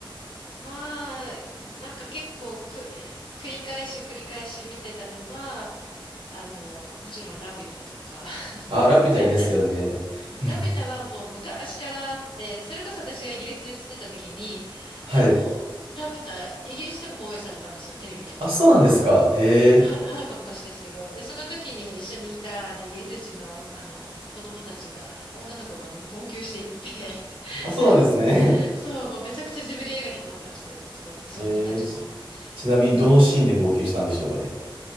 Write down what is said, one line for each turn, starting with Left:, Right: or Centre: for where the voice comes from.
Left: まあ、なんか結構く、繰り返し繰り返し見てたのは、あの、もちろんラピュタとか、
Right: あ、
Left: <laughs>
Right: ラピュタいいですよね。
Left: ラピュタねラピュタはもう昔からあって、
Right: <laughs>
Left: それこそ私がイギリスに住んでた時に、
Right: はい。
Left: あの、ラピュタ、イギリスでも放映されたんですよ、テレビで。
Right: あ、そうなんですか。へえ。
Left: もうはる、はるか昔ですけど。で、その時に一緒にいた、あの、イギリス人の、あの、子供たちが、女の子がもう号泣していて、
Right: あ、
Left: <laughs>
Right: そうなんですね。
Left: そう、もうめちゃくちゃジブリ映画にハマってましたね、その、
Right: <laughs>
Left: その子たちも。
Right: へえー、ち、ちなみにどのシーンで号泣したんでしょうかね。
Left: うん、